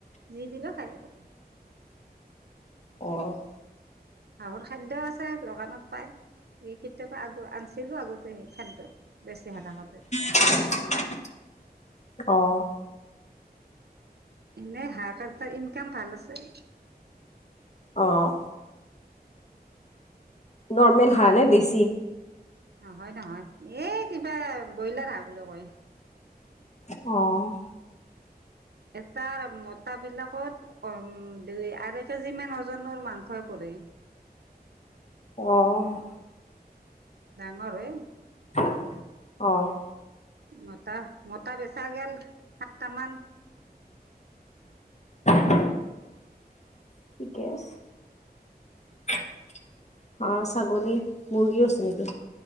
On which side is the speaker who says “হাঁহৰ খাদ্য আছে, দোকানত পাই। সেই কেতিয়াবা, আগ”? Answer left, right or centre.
Right